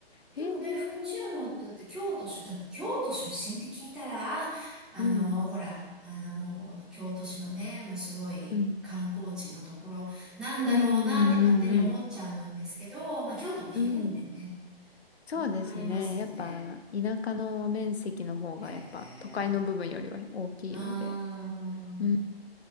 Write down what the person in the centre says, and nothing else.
でもね、福知山ってだって京都出、だ、京都出身って聞いたら、ああの、
ほら、あのもう、京都市のね、もうすごい観光地のところなんだろうなって勝手に思っちゃうんですけど、
まあ京都も広いんでね、
いろいろありますよね。
へえ。ああ、